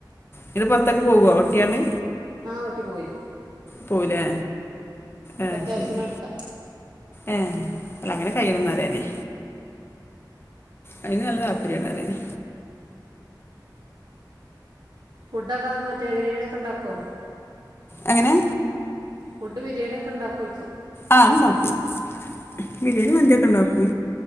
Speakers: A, on the left; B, on the right.
A: ഇവടെ പുറത്തേക്ക് പോവുവോ ഓട്ടിയണ്ട്
B: ആഹ് ഒട്ടിപോവേ
A: പോലേ ആഹ്
B: അത്യാവശ്യത്തിന്
A: ശരി
B: എടുക്കാം
A: ഏഹ് അല്ല അങ്ങനെ കയ്യിൽന്നറിയേനി അയിന് നല്ല താല്പര്യമാണ് പറയേനി
B: ഫുഡ്ക്കെ മറ്റെ ബിരിയാണി ഒക്കെ ഉണ്ടാക്കോ
A: എങ്ങനെ
B: ഫുഡ് ബിയാണി ഒക്കെ ണ്ടാക്കോ
A: ആഹ് ഉണ്ടാക്കും ബിരിയാണി മന്തിയൊക്കെ ഉണ്ടാക്കും